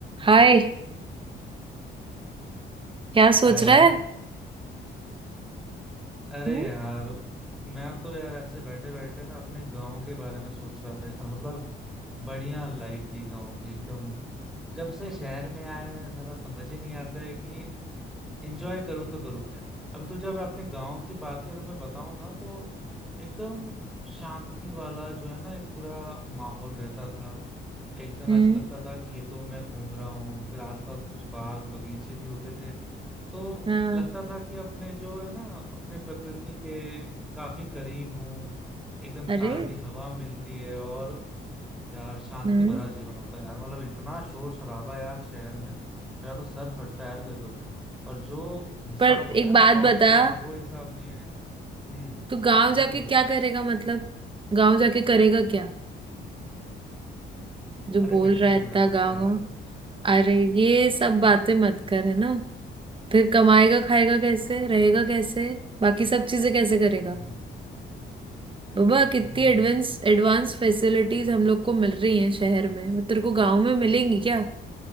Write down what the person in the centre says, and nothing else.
हाँ यार
अरे
यार मैं तो यार ऐसे बैठे बैठे ना अपने गांव के बारे में सोच रहा था और मतलब बढ़िया लाइफ थी गांव की एकदम जब से शहर में आए हैं, साला समझ ही नहीं आता है कि एंजॉय करूँ तो करूँ क्या अब तो जब अपने गांव की बात ही अगर मैं बताऊं ना तो एकदम शांति वाला जो है ना एक पूरा माहौल रहता था एकदम
ऐसा लगता था खेतों में घूम रहा हूँ फिर आसपास कुछ बाग बगीचे भी होते थे तो
लगता था कि अपने जो है ना अपने प्रकृति के काफी करीब हूँ एकदम
ताजी हवा मिलती है और यार शांति
भरा जीवन होता है यार मतलब इतना शोर शराबा यार शहर में मेरा तो सर फटता है यार कभी कभी और जो हिसाब
होता
है
ना गांव
में यार वो हिसाब नहीं है यार हम्म
बोल बोल
अरे
मिट्टी
से
जुड़ा
रहूंगा
यार
हम्म
हम्म,